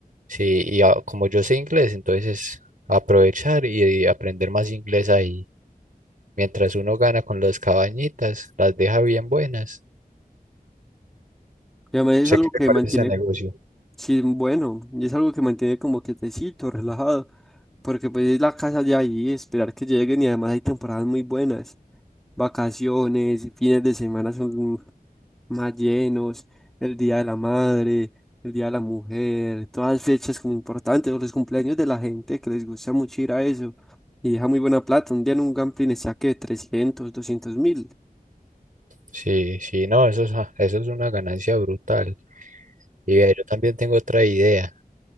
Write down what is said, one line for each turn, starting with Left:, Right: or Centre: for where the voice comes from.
Right: Sí, y ah, como yo sé inglés, entonces aprovechar y aprender más inglés ahí. Mientras uno gana con las cabañitas, las deja bien buenas.
Centre: Y además es
Right: Sé
Centre: algo
Right: que
Centre: que
Right: te parece
Centre: mantiene,
Right: ese negocio.
Centre: sí, bueno, y es algo que mantiene como quietecito, relajado, porque pues es la casa de ahí, esperar que lleguen y además hay temporadas muy buenas, vacaciones, fines de semana son más llenos, el Día de la Madre, el Día de la Mujer, todas fechas como importantes, o los cumpleaños de la gente que les gusta mucho ir a eso, y deja muy buena plata, un día en un gambling está que 300, 200 mil.
Right: Sí, sí, no, eso es, a- eso es una ganancia brutal. Y vea, yo también tengo otra idea,